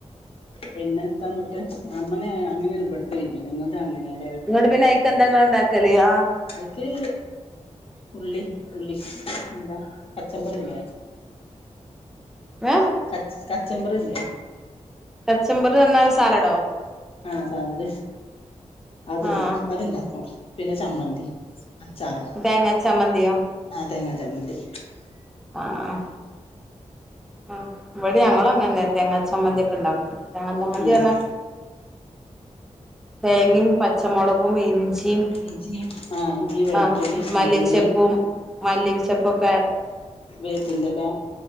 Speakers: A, on the left; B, in the centre.
A: പിന്നെ തന്നിട്ട് അമ്മനെ അങ്ങനെ ഇളപെടുത്ത വരിയ നിങ്ങള് അങ്ങനെയ
B: അങ്ങോട്ട് പിന്നെ ആയിക്ക് എന്താ നിങ്ങള് ഒണ്ടാക്കല് ആ
A: ഐക്ക് ഉള്ളി ഉള്ളി എന്താ പച്ചക്കറിയില്ലേ
B: ഏഹ്
A: ക തച്ചമ്പറില്ലേ
B: തച്ചമ്പർ എന്നു പറഞ്ഞാൽ സാലഡോ
A: ആഹ് സാലഡ് അതിടും
B: ആഹ്
A: അത്ണ്ടാക്കും പിന്നെ ചമ്മന്തി അച്ചാറും
B: തേങ്ങാ ചമ്മന്തിയോ
A: ആഹ് തേങ്ങാ ചമ്മന്തി
B: ആഹ് ആ ഇവിടെ ഞങ്ങളും അങ്ങനെ തേങ്ങാ ചമ്മന്തി ഒക്കെ ഒണ്ടാക്കും തെങ്ങ ചമ്മന്തി
A: ഉം
B: പറഞ്ഞാ തേങ്ങും പ പച്ചമുളകും ഇഞ്ചിയും
A: ഇഞ്ചി ആ ഇഞ്ചി വെളുത്തുള്ളി
B: ആഹ്
A: ചീരുള്ളി
B: മല്ലിച്ചപ്പും മല്ലിം ചെപ്പൊക്കെ
A: വേപ്പിൻ്റെലാ